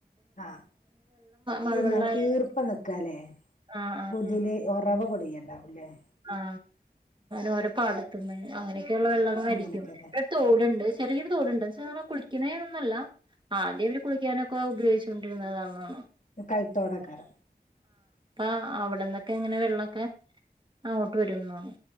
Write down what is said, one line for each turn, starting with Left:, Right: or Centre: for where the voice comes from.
Left: ആ
Right: മഴവെള്ളം
Left: ഇല്ല
Right: ആയാലും
Left: ഈർപ്പം നിക്കാലേ
Right: ആഹ്
Left: പുതില് ഒറവ പൊടിയല്ല ല്ലാഉല്ലേ <unintelligible>
Right: ആ ഹോരോ പാടത്തുമ അങ്ങനെ ഒക്കെയള്ള വെള്ള അടിക്കും
Left: അങ്ങനെയൊക്കെല്ലേ
Right: ഇവിടെ തോടുണ്ട് ചെറിയ തോട് ഉണ്ട് പക്ഷെ ഞങൾ കുളി കിണേൊന്നല്ല ആ അതേവര് കുളിക്കാനൊക്കെ ഉപയോഗിച്ചുകൊണ്ടിരുന്നുന്നത ന്നണോ
Left: കൈത്തോടക്കാരം
Right: ആഹ് അവിടന്നൊക്കെ ഇങ്ങനെ വെള്ളൊക്കെ അങ്ങോട്ട് വരുന്നോന്ന്